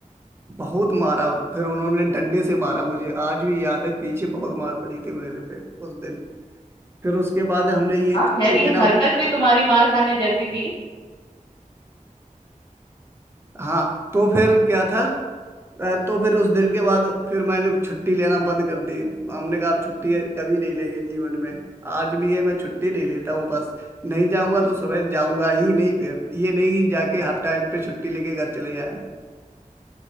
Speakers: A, on the right; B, on the left.
A: बहुत मारा फिर उन्होंने डंडे से मारा मुझे आज भी याद है पीछे बहुत मार पड़ी थी मेरे पे उस दिन फिर उसके बाद हमने ये
B: हाँ
A: छुट्टी
B: खैर ये
A: देना
B: हरकत भी तुम्हारी मार खाने जैसी थी
A: हाँ तो फिर क्या था अ, तो फिर उस दिन के बाद फिर मैंने छुट्टी लेना बंद कर दी हमने कहा आप छुट्टी कभी नहीं लेंगे जीवन में आज भी है मैं छुट्टी नहीं लेता हूँ बस नहीं जाऊंगा तो सुबह जाऊंगा ही नहीं फिर ये नहीं कि जाके हाफ टाइम पे छुट्टी लेके घर चले जाए